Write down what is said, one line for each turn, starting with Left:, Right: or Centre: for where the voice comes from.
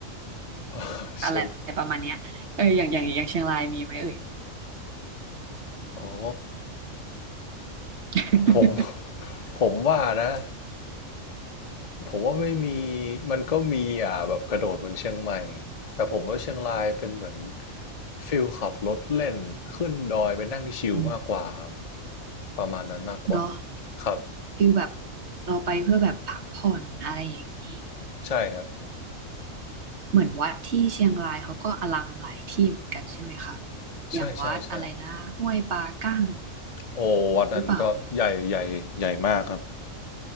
Left: เออเชียง
Right: อะไรประมาณเนี้ยเอออย่างอย่างอย่างเชียงรายมีไหมเอ่ย
Left: โอ้
Right: <laughs>
Left: ผม <laughs> ผมว่านะผมว่าไม่มีมันก็มีอ่ะแบบกระโดดเหมือนเชียงใหม่แต่ผมว่าเชียงรายเป็นเหมือนฟิลขับรถเล่นขึ้นดอยไปนั่งชิลมากกว่าครับ
Right: อืม
Left: ประมาณนั้นมากกว่า
Right: เนาะ
Left: ครับ
Right: ฟิลแบบเราไปเพื่อแบบพักผ่อนอะไรอย่างนี้
Left: ใช่ครับ
Right: เหมือนวัดที่เชียงรายเขาก็อลังหลายที่เหมือนกันใช่ไหมคะ
Left: ใช่ใช่ใช่
Right: อย่างวัดอะไรนะห้วยปลากั้ง
Left: โอ้วัดนั้นก็ใหญ่ใหญ่ใหญ่มากครับ
Right: หรือเปล่าเลย